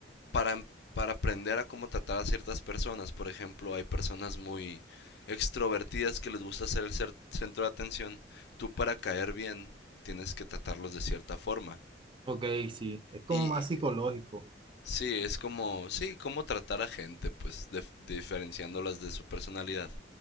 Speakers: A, on the left; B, on the right.
A: para, em, para aprender a cómo tratar a ciertas personas. Por ejemplo, hay personas muy extrovertidas que les gusta ser el centro de atención. Tú para caer bien tienes que tratarlos de cierta forma.
B: Ok, sí, es como
A: Y
B: más psicológico,
A: sí, es como, sí, cómo tratar a gente, pues dif- diferenciándolas de su personalidad.